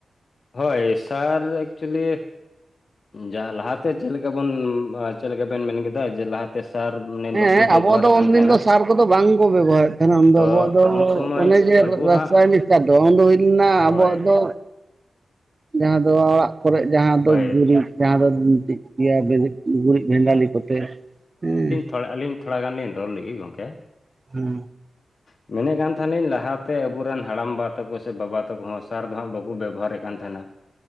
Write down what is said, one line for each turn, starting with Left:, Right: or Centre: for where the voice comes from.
Left: ᱦᱳᱭ, ᱥᱟᱨ ᱮᱠᱪᱩᱭᱮᱞᱤ ᱡᱟ ᱞᱟᱦᱟᱛᱮ ᱪᱮᱫ ᱞᱮᱠᱟ ᱵᱚᱱ ᱪᱮᱫ ᱞᱮᱠᱟ ᱵᱮᱱ ᱢᱮᱱ ᱠᱮᱫᱟ ᱡᱮ ᱞᱟᱦᱟᱛᱮ ᱥᱟᱨ ᱢᱟᱱᱮ
Right: ᱦᱮᱸ
Left: ᱵᱟᱠᱚ ᱵᱮᱵᱚᱦᱟᱨᱮᱫ
Right: ᱟᱵᱚ ᱫᱚ
Left: ᱠᱟᱱ
Right: ᱩᱱᱫᱤᱱ
Left: ᱛᱟᱦᱮᱱᱟ
Right: ᱫᱚ ᱥᱟᱨ ᱠᱚᱫᱚ ᱵᱟᱝᱠᱚ ᱵᱮᱵᱚᱦᱟᱨ ᱮᱫ ᱛᱟᱦᱮᱱᱟ ᱩᱱᱫᱚ
Left: ᱛᱚ
Right: ᱟᱵᱚᱣᱟᱜ ᱫᱚ
Left: ᱩᱱ ᱥᱚᱢᱚᱭ
Right: ᱚᱱᱮ ᱡᱮ
Left: ᱟᱵᱚ
Right: ᱨᱟᱥ ᱨᱟᱥᱟᱭᱱᱤᱠ
Left: ᱦᱟᱸᱜ
Right: ᱥᱟᱨ ᱫᱚ ᱩᱱᱫᱚ ᱦᱩᱭ ᱞᱮᱱᱟ
Left: ᱦᱳᱭ
Right: ᱟᱵᱚᱣᱟᱜ ᱫᱚ ᱡᱟᱦᱟᱸ ᱫᱚ ᱚᱲᱟᱜ ᱠᱚᱨᱮ ᱡᱟᱦᱟᱸ
Left: ᱦᱳᱭ
Right: ᱫᱚ ᱜᱩᱨᱤᱡ ᱡᱟᱦᱟᱸ ᱫᱚ ᱜᱩᱨᱤᱡ ᱜᱮᱭᱟ ᱢᱮᱱᱟᱹᱧ ᱵᱷᱮᱸᱰᱟᱞᱤ ᱠᱚᱛᱮ, ᱦᱮᱸ ᱾
Left: ᱱᱚᱰᱮ ᱟᱹᱞᱤᱧ ᱛᱷᱚᱲᱟ ᱜᱟᱱ ᱞᱤᱧ ᱨᱚᱲ ᱞᱮᱜᱮ ᱜᱚᱝᱠᱮ
Right: ᱮᱸ ᱾
Left: ᱢᱮᱱᱮᱜ ᱠᱟᱱ ᱛᱟᱦᱮᱱᱤᱧ ᱞᱟᱦᱟᱛᱮ ᱟᱵᱚᱨᱮᱱ ᱦᱟᱲᱟᱢᱵᱟ ᱛᱟᱠᱚ ᱥᱮ ᱵᱟᱵᱟ ᱛᱟᱠᱚ ᱦᱚᱸ ᱥᱟᱨ ᱫᱚ ᱦᱟᱸᱜ ᱵᱟᱠᱚ ᱵᱮᱵᱚᱦᱟᱨᱮᱫ ᱠᱟᱱ ᱛᱟᱦᱮᱱᱟ,